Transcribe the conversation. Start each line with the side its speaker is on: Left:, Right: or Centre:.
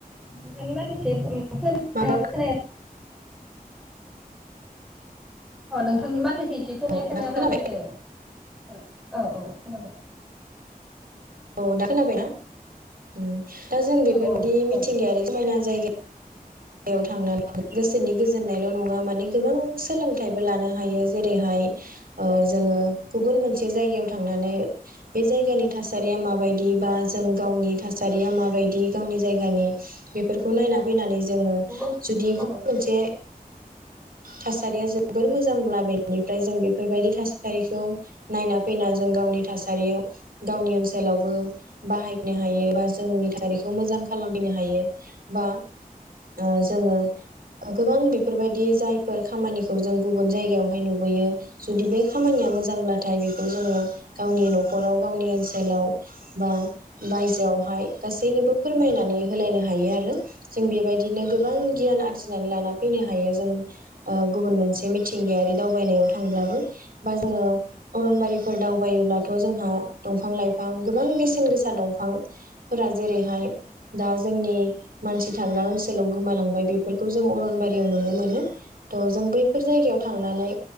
Centre: नोंथांनि माथोखो एसे खोनाया
Right: माबा
Centre: खोनाया <unintelligible> अ नोंथांनि माथ थोखो एसे खोनाया
Right: बुंदों
Centre: खोनाया
Right: दा खोनाबाय
Centre: जाफैदो औ औ खोनाबाय
Right: औ दा खोनाबायना उ दा जों बेफोरबायदि
Centre: औ औ खोनाबाय
Right: मिथिंगायारि
Centre: दे
Right: समायना जायगा याव थांनानै गोसोनि गोजोन नायल' नङा माने गोबां सोलोंथाइबो लानो हायो जेरैहाय ओ जोङो गुबुन मोनसे जायगायाव थांनानै बे जायगानि थासारिया माबायदि बा जों गावनि थासारिया माबायदि गावनि जायगानि बेफोरखौ नायनानै फैनानै जोंङो
Centre: बुंलाय
Right: जुदि गुबुन मोनसे थासारिया जोबोर मोजांब्ला बेनिफ्राय जों बेफोरबायदि थासारिखौ नायना फैना जों गावनि थासारियाव गावनि ओनसोलावबो बाहायनो हायो बा जोंनि थासारिखौ मोजां खालामफैनो हायो बा ओ जोंङो गोबां बि बेफोरबायदि जायफोर खामानिखौ जों गुबुन जायगायावहाय नुबोयो जुदि बे खामानिया मोजांब्लाथाय बेखौ जोंङो गावनि न'खराव गावनि ओनसोलाव बा बायजोआवहाय गासैनोबो फोरमायनानै होलायनो हायो आरो जों बेबायदि बिदिनो गोबां गियान आजिनानै लानानै फैनो हायो जों ओ गुबुन मिथिंगाया दावनायाव थांबो बा ज अ दावायोथ' जोंहा दफां - लाइफां गोबां बेसे गोसा दफां जेरैहाय दा जोंनि मानसि थांग्रा ओन आथिखालाव गोमालांबाय बेफोरखौ जों अरनबारियाव नुनो मोनो <unintelligible> जों बैफोर जायगायाव थांनानै